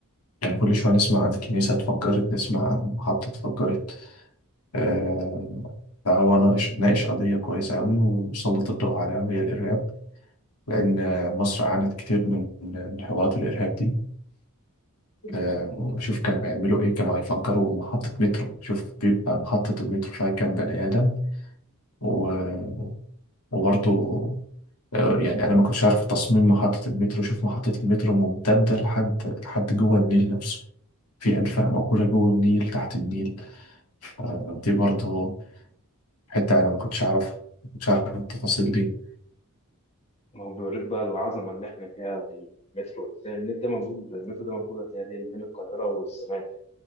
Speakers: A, on the left; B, on the left.
A: يعني كل شوية نسمع عن كنيسة اتفجرت نسمع عن محطة اتفجرت آه، فهو ناقش ناقش قضية كويسة أوي وسلط الضوء عليها وهي الإرهاب لأن مصر عانت كتير من من حوارات الإرهاب دي آه، وشوف كانوا هيعملوا إيه كانوا هيفجروا محطة مترو شوف بيبقى محطة المترو فيها كام بني آدم و- وبرضه آه، يعني أنا ما كنتش عارف تصميم محطة المترو شوف محطة المترو ممتدة لحد لحد جوه النيل نفسه في أنفاق موجودة جوه النيل تحت النيل آه، دي برضه حتة أنا ما كنتش أعرفها ما كنتش أعرف التفاصيل دي
B: ما هو بيوريك بقى العظمه اللي احنا فيها في المترو ده ده موجود المترو ده موجود اللي هي دي بين القاهره والسمان